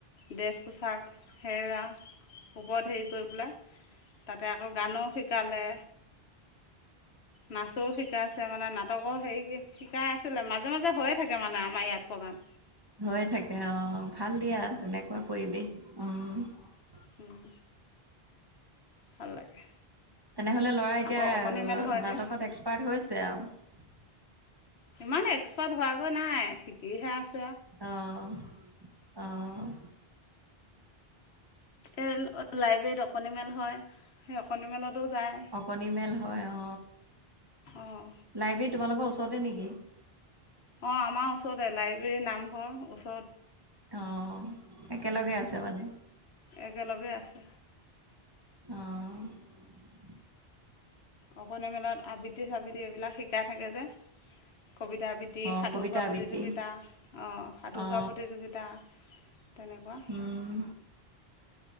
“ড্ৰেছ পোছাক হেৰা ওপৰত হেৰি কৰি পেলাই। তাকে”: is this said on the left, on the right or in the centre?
Left